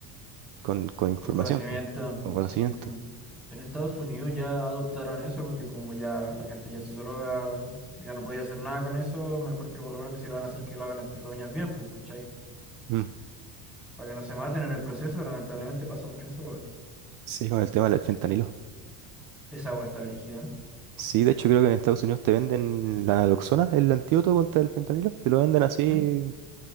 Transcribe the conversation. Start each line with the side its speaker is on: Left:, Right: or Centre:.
Right: con, con información,
Centre: Con conocimiento,
Right: pues, con conocimiento.
Centre: sí, pues. En Estados Unidos ya adoptaron eso porque como ya la gente ya se droga, ya no podía hacer nada con eso, mejor que por lo menos que si lo van a hacer que lo hagan entre comillas bien, pues, ¿cachai?
Right: Mm.
Centre: Para que no se maten en el proceso, lamentablemente pasa mucho eso, weón.
Right: Sí, con el tema del fentanilo.
Centre: Esa agua está brígida.
Right: Sí, de hecho creo que en Estados Unidos te venden la naloxona, el antídoto contra el fentanilo, te lo venden así en
Centre: ¿eh? ¿Mm?